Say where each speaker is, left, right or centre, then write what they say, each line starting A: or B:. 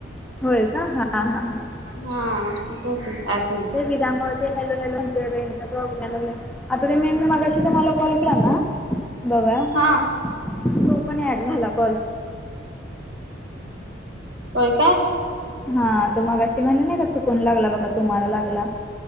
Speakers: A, in the centre; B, on the right (about 60°).
A: होय का? हा हा हा हा.
B: हा असं होत. ऑप
A: तेच की, त्यामुळ ते हॅलो हॅलो म्हणते रेंज चा प्रॉब्लेम यायला लागल्या. आता त्यां मेमीन मागाशी तुम्हाला कॉल केला ना बघा.
B: हा
A: तो पण ऍड झाला कॉल.
B: होय काय?
A: हा तो मगाशी म्हणे नाही का, चुकून लागला बघा तुम्हाला लागला.